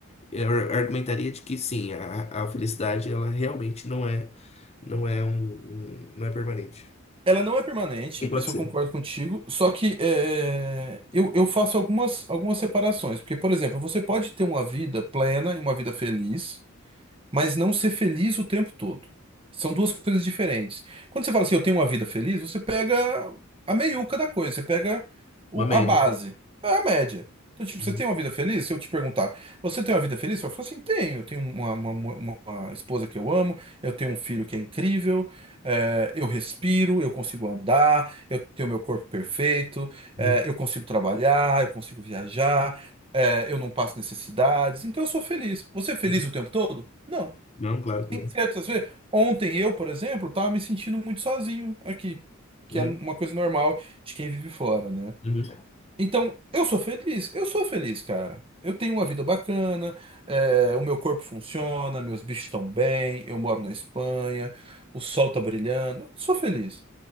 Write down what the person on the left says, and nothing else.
eu argumentaria de que sim, a, a felicidade ela realmente não é, não é um, um- não é permanente.
Não pode
ser.
Uma média.
Uhum,
uhum,
uhum.
Não, claro
que não.
Uhum,
uhum.